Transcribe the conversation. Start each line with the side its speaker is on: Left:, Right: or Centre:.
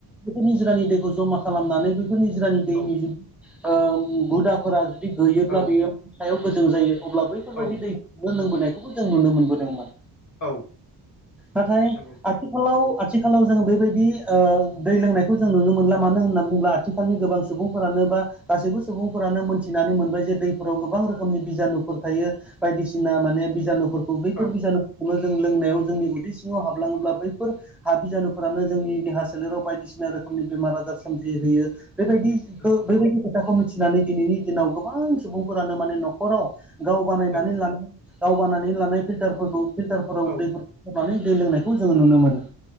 Centre: बेफोर निजिरानि दैखौ जमा खालामनानै बैफोर निजिरानि दैनि
Left: औ
Centre: जुदि हुदाफोरा जुदि गैयोब्ला
Left: औ
Centre: बेयो सायाव गोजों जायो अब्लाबो बेफोरबायदि
Left: औ
Centre: दैनो लोंबोनायखौबो जों नुनो मोनबोदोंमोन
Left: औ
Centre: नाथाय
Left: नंगौ
Centre: आथिखालाव-आथिखालाव जों बेबायदि ओ दै लोंनायखौ जों नुनो मोनला मानो होनना बुङोब्ला आथि आथिखालनि गोबां सुबुंफोरानो बा गासैबो सुबुंफोरानो मोनथिनानै मोनबाय जे दैफोराव गोबां रोखोमनि बिजानु फोर थायो बायदिसिना माने बिजानुफोरखौ बैफोर
Left: औ
Centre: बिजानु खुनु जों लोंनायाव जोंनि उदै सिङाव हाबलाङोब्ला बैफोर हाबिजानुफोरानो जोंनि देहा सोलेराव बायदिसिना रोखोमनि बेमार आजार सोमजिहैयो बेबायदि
Left: नंगौ
Centre: खो बेबायदि खोथाखौ मिथिनानै दिनैनि दिनाव गोबां सुबुंफोरानो माने न'खराव गाव बानायनानै
Left: नंगौ
Centre: लानाय गाव बानायानानै लानाय फिल्टारफोरखौ फिल्टारफोराव
Left: औ
Centre: दै होबानै दै लोंनायखौ जोङो नुनो मोनो